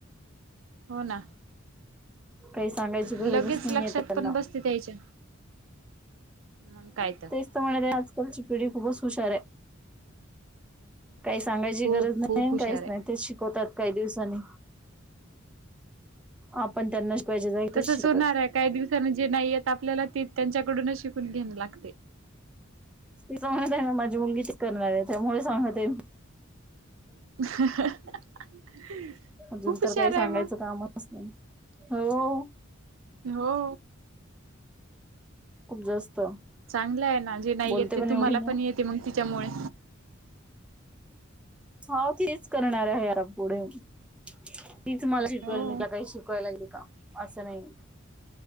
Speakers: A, on the right (about 70°); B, in the centre.
A: हो ना,
B: काही सांगायची गरजच
A: लगेच
B: नाहीये
A: लक्षात
B: त्यांना
A: पण बस ते यायच्या मगं काय त
B: <unintelligible> आजकालची पिढी खूपच हुशार आहे. काही सांगायची
A: खूप
B: गरज नाही,
A: खूप हुशार
B: काहीच
A: आहे.
B: नाही तेच शिकवतात. काही दिवसांनी आपण त्यांनाच शिकवायच्या जागी तेच
A: तसंच
B: शिकवतात.
A: होणार आहे काही दिवसाांनी जे नाही येत आपल्याला ते त्यांच्याकडूनच शिकून घेणं लागते.
B: ती सांगत आहे म माझी मुलगी त करणार आहे त्यामुळे सांगते
A: <inaudible>
B: अजून
A: हुशार
B: तर काही सांगायचं
A: आहे मग
B: कामच नाही, हो.
A: हो,
B: खूप जास्त
A: चांगलं आहे ना, जे नाही
B: बोलते
A: येत ते तुम्हाला
B: एवढी
A: पण येते मग तिच्यामुळे.
B: हाव तेच करणार आहे ह्या पुढे तीच मला शिकवेल
A: हो
B: मी तिला काही शिकवायला लागली का असं नाही.